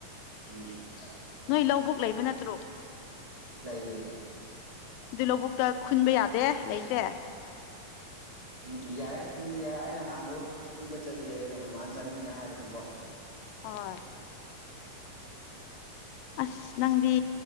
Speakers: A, on the right; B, on the left.
A: <unintelligible>
B: ꯅꯣꯏ ꯂꯧꯕꯨꯛ ꯂꯩꯕ ꯅꯠꯇ꯭ꯔꯣ
A: ꯂꯩꯏꯌꯦ
B: ꯑꯗꯨ ꯂꯧꯕꯨꯛꯇ ꯈꯨꯟꯕ ꯌꯥꯗꯦ ꯂꯩꯇꯦ
A: ꯎꯝ ꯌꯥꯏ ꯈꯨꯟꯕ ꯌꯥꯏ ꯑꯩꯅ ꯅꯍꯥꯟꯗꯣ ꯈꯨꯟꯕ ꯆꯠꯂꯤ ꯑꯗꯣ ꯃꯃꯥꯅ ꯆꯠꯅꯤꯡꯉꯦ ꯍꯥꯏꯕꯒꯤꯀꯣ
B: ꯍꯣꯏ ꯑꯁ ꯅꯪꯗꯤ